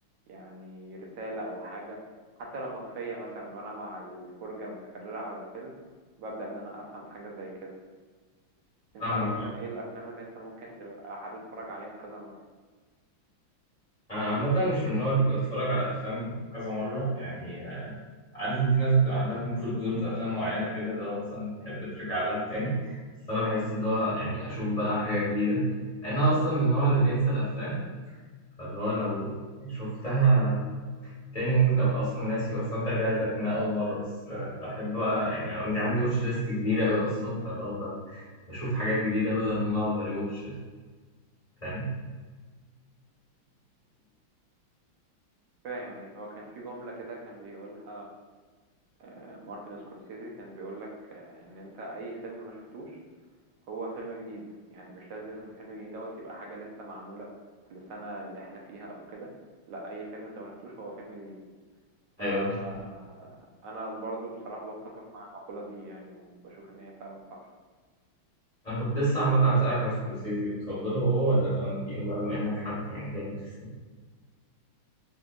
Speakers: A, on the right (about 70°); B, on the left (about 25°).
A: يعني رسالة او حاجة حتى لو مخفية مثلا وانا مع الفرجة المتكررة على الفيلم ببدأ ان انا افهم حاجة زي كده انت
B: فاهمك
A: عامة ايه الافلام اللي انت ممكن تبقى حابب تتفرج عليها كذا مرة
B: أنا عامة مش من النوع اللي بيتفرج على أفلام كذا مرة يعني عارف ان في ناس بتبقى عندها كومفورت زون في افلام معينه كده اللي هو مثلا تحب ترجع لها تاني بس انا بحس اللي هو يعني اشوف بقى حاجه جديده لان انا اصلا من النوع اللي بينسى الافلام فاللي هو لو شفتها تاني ممكن ابقى اصلا ناسي واستمتع بيها زي كانها اول مره بس آه، بحب بقى يعني عندي عندي واتش ليست كبيره قوي اصلا فاللي هو ب- بشوف حاجات جديده بدل ان انا اقعد اريوتش فاهم
A: فاهم ايه هو كان في جملة كده كان بيقولها آه، مارتن سكورسيزي كان بيقولك آه، ان انت اي فيلم ما شفتوش هو فيلم جديد يعني مش لازم فيلم جديد دوت يبقى حاجة لسه معمولة في السنة اللي احنا فيها او كده لا اي فيلم انت ما شفتوش هو فيلم جديد فانا
B: ايوه بالظبط.
A: برضو بصراحة بتفق مع المقولة دي يعني وبشوف ان هي فعلا صح
B: انا كنت لسه عامه اسالك على سكورسيزي بتفضله هو ولا تارانتينو بقى بما انك حد يعني جامد في السينما